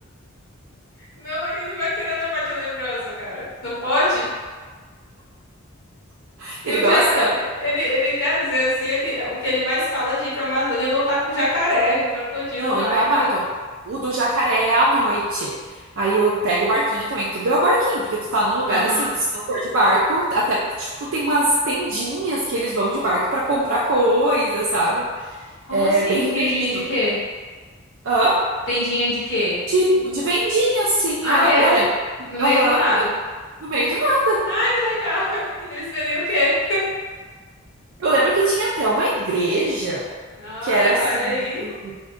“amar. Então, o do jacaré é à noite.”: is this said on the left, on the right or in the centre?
Right